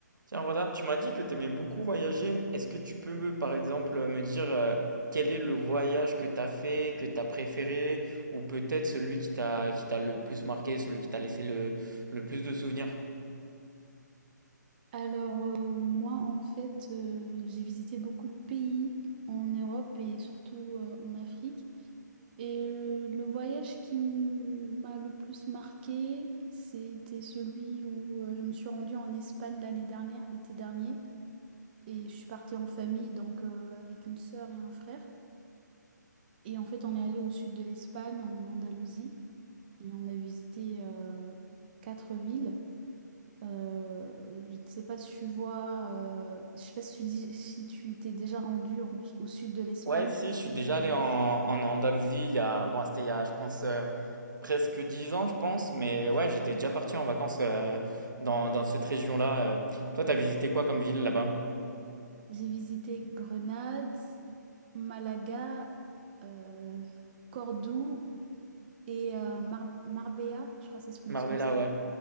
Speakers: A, on the right; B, on the right.
A: Tiens, voilà, tu m'as dit que tu aimais beaucoup voyager. Est-ce que tu peux, me- par exemple, me dire euh, quel est le voyage que tu as fait, que tu as préféré, ou peut-être celui qui t'a qui t'a le plus marqué, celui qui t'a laissé le, le plus de souvenirs?
B: Alors, euh, moi, en fait, euh, j'ai visité beaucoup de pays en Europe et surtout euh, en Afrique. Et euh, le voyage qui m- m'a le plus marqué, c'était celui où euh, je me suis rendue en Espagne l'année dernière, l'été dernier. Et je suis partie en famille, donc euh, avec une sœur et un frère. Et en fait, on est allé au sud de l'Espagne, en Andalousie, et on a visité euh, quatre villes. Euh, je ne sais pas si tu vois, euh, je sais pas si tu, dis- si tu t'es déjà rendu en- au sud de l'Espagne.
A: Ouais, si, je suis déjà
B: en Andalousie.
A: allé en, en Andalousie il y a, bon, c'était il y a, je pense, euh, presque 10 ans, je pense, mais ouais, j'étais déjà parti en vacances euh, dans, dans cette région-là. euh. Toi, t'as visité quoi comme ville là-bas?
B: J'ai visité Grenade, Malaga, euh, Cordoue et euh, Mar- Marbella, je crois que ça se prononce
A: Marbella,
B: comme ça.
A: ouais.